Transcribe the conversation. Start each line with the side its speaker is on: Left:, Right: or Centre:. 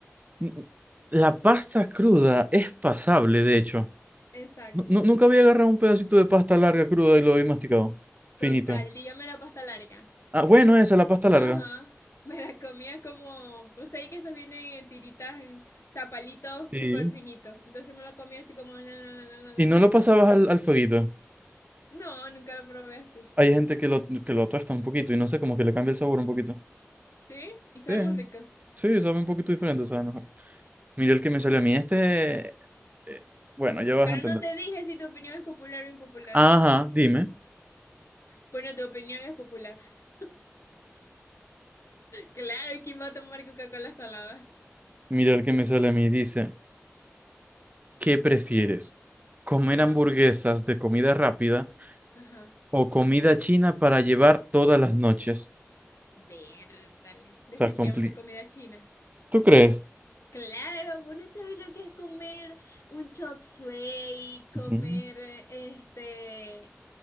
Right: N- n- La pasta cruda es pasable, de hecho.
Left: exacto.
Right: Nu- nu- nunca había agarrado un pedacito de pasta larga cruda y lo había masticado.
Left: Total,
Right: Finito.
Left: dígame la pasta larga.
Right: Ah, bueno, esa, la pasta larga.
Left: Ajá, me la comía como, o sea, y que esos vienen en tiritas, en zapalitos
Right: Sí.
Left: súper finitos. Entonces me lo comía así como, na, na, na, na, na,
Right: Y no
Left: na.
Right: lo pasabas
Left: <laughs>
Right: al, al fueguito.
Left: No, nunca lo probé así.
Right: Hay gente que lo, que lo tuesta un poquito y no sé, como que le cambia el sabor un poquito.
Left: ¿Sí? Y sabe
Right: Sí,
Left: muy rico.
Right: sí, sabe un poquito diferente, sabe mejor. Mira el que me sale a mí. Este, eh, bueno, ya vas
Left: Pero
Right: a entender.
Left: no te dije si tu opinión es popular o impopular.
Right: Ajá, dime.
Left: Bueno, tu opinión es popular. <laughs> Claro, ¿y quién va a tomar Coca-Cola salada?
Right: Mira el que me sale a mí. Dice, ¿qué prefieres? ¿Comer
Left: Ajá,
Right: hamburguesas de comida rápida
Left: ajá.
Right: o comida china para llevar todas las noches?
Left: Vértale. Definitivamente
Right: Está complicado.
Left: comida china.
Right: ¿Tú crees?
Left: Claro, bueno, ¿sabes lo que es comer un chop suey, comer
Right: Ujú,
Left: eh, este